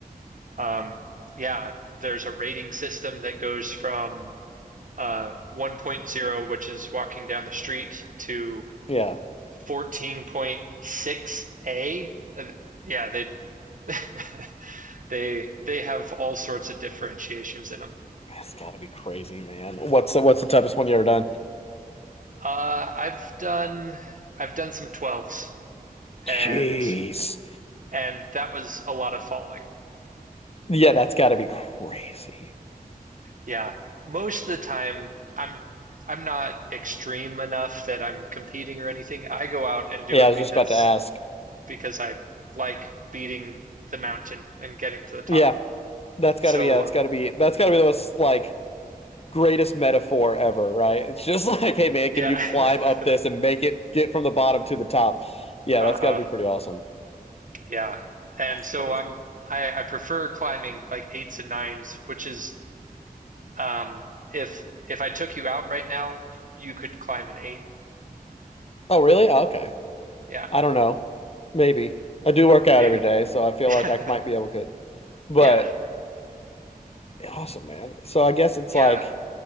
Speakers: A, on the right; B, on the left.
A: Um, yeah, there's a rating system that goes from uh, 1.0, which is walking down the street, to
B: Yeah.
A: 14.6a. Uh, yeah, they <laughs> they they have all sorts of differentiations in them.
B: That's gotta be crazy, man. What's the, what's the toughest one you ever done?
A: Uh, I've done I've done some 12s and
B: Jeez.
A: and that was a lot of falling.
B: Yeah, that's gotta be crazy.
A: Yeah, most of the time I'm I'm not extreme enough that I'm competing or anything. I go out and do
B: Yeah,
A: it
B: I was
A: because
B: just about to ask.
A: because I like beating the mountain and getting to the top.
B: Yeah, that's got
A: So
B: to be yeah, that's got to be that's got to be the most like greatest metaphor ever, right? It's just <laughs> like, hey man,
A: yeah,
B: can you climb
A: <laughs>
B: up this and make it get from the bottom to the top? Yeah,
A: uh-huh,
B: that's got to be pretty awesome.
A: yeah. And
B: That's
A: so
B: crazy.
A: I'm I, I prefer climbing like eights and nines, which is Um, if if I took you out right now, you could climb an eight.
B: Oh, really? Oh, okay.
A: Yeah,
B: I don't know. Maybe I do work out
A: maybe.
B: every day, so I feel
A: <laughs>
B: like I might be able to. But
A: yeah,
B: awesome, man. So I guess it's
A: yeah.
B: like,